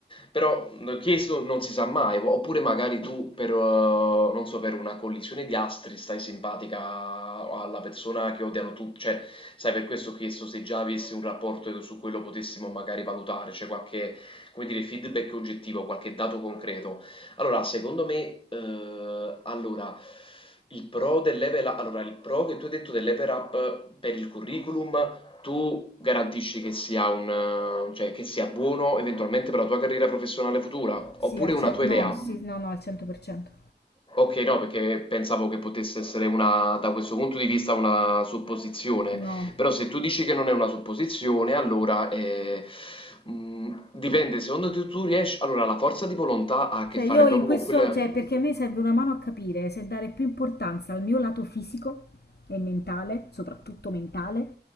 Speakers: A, on the left; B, on the left.
A: Però mh, chiesto non si sa mai, oppure magari tu per, eh, non so, per una collisione di astri stai simpatica alla persona che odiano tutti, cioè sai, per questo ho chiesto se già avessi un rapporto e su quello potessimo magari valutare, cioè qualche, come dire, feedback oggettivo, qualche dato concreto. Allora, secondo me Ehm, allora, il pro del level up, allora, il pro che tu hai detto del level up per il curriculum, tu garantisci che sia un, eh, cioè, che sia buono eventualmente per la tua carriera professionale futura,
B: Sì,
A: oppure
B: al
A: una
B: ce-
A: tua
B: no,
A: idea?
B: sì, no, no, al 100%.
A: Ok, no, perché pensavo che potesse essere una, da questo punto di vista, una supposizione.
B: No.
A: Però se tu dici che non è una supposizione, allora eh, mh, dipende, secondo te tu riesci... Allora, la forza di volontà ha a che
B: Cioè
A: fare
B: io
A: proprio
B: in questo,
A: con quelle...
B: cioè perché a me serve una mano a capire se dare più importanza al mio lato fisico e mentale, soprattutto mentale,